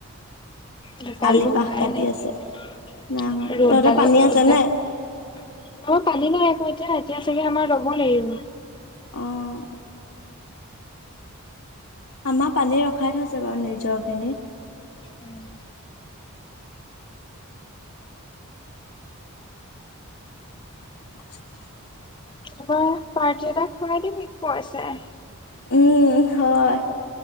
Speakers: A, on the left; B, on the left.
A: দোকানো
B: আলি পাহ
A: হোৱাই
B: কাটি
A: নাই
B: আছে হোৱা
A: ৰ'দ
B: তহঁতৰ
A: দাল-
B: পানী আছে নে?
A: অহ পানী নাই আকৌ এতিয়া, এতিয়া চাগে আমাৰ ৰব লাগিব।
B: অহ' আমাৰ পানী ৰখাই থৈছে বাৰু নিজৰখিনি।
A: উম'
B: <unintelligible>
A: হবা পাৰ্তি এটা খোৱাই দিবি পইচায়ে।
B: উম হয়